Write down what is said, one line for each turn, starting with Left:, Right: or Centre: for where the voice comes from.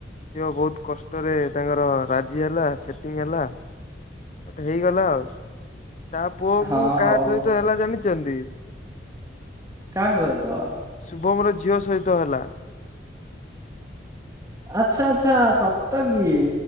Left: ଝିଅ ବହୁତ କଷ୍ଟରେ ତାଙ୍କର ରାଜି ହେଲା ସେଟିଂ ହେଲା। ଗୋଟେ ହେଇଗଲା ଆଉ, ତା ପୁଅ
Right: ହଁ
Left: କୁ କାହା
Right: ହଉ
Left: ସହିତ ହେଲା ଜାଣିଚନ୍ତି?
Right: କା ସହିତ?
Left: ଶୁଭମର ଝିଅ ସହିତ ହେଲା।
Right: ଆଚ୍ଛା, ଆଚ୍ଛା ସତ କିି?